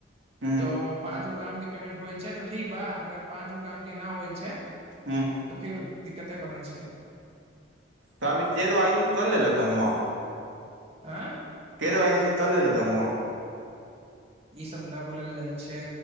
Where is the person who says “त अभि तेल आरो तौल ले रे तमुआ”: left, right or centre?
Right